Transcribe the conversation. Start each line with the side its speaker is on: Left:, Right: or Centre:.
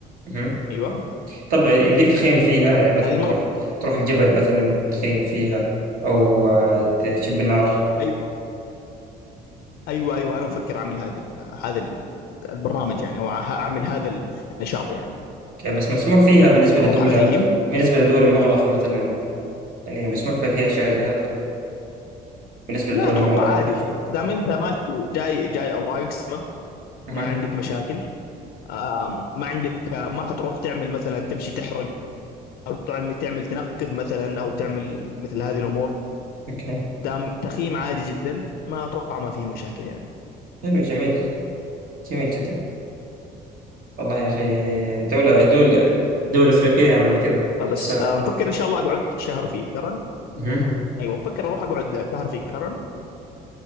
Right: أها.
Left: ايوه
Right: طب يمديك تخيم فيها يعني مثلا
Left: هذه المرة
Right: تروح تروح الجبل مثلا تخيم فيها او آه، تشب النار
Left: أيوة ايوه ايوه انا مفكر اعمل هذا ال- هذا ال- البرنامج يعني او ه- اعمل هذا النشاط يعني
Right: اوكي بس مسموح فيها بالنسبة
Left: اروح
Right: لدولة
Left: اخيم
Right: بالنسبة لدولة مغلقة مثلا يعني مسموح فيها فيها أشياء زي هذه بالنسبة
Left: لا
Right: للدول
Left: اتوقع
Right: المغرقة
Left: عادي دام انت ماشي جاي جاي اوراقك سليمة
Right: أها
Left: ما عندك مشاكل آم، ما عندك آه، ما حتروح تعمل مثلا تمشي تحرق او تعمل تعمل تنقب مثلا او تعمل مثل هذه الامور
Right: أوكي
Left: دام تخييم عادي جدا ما اتوقع ما فيه مشاكل يعني
Right: حلو جميل جميل جدا والله يا أخي دولة دول دول أفريقية يعني كذا
Left: فبس
Right: تحسها
Left: آه، مفكر ان شاء الله اقعد شهر في كرن
Right: أها.
Left: ايوه مفكر اروح اقعد شهر في كرن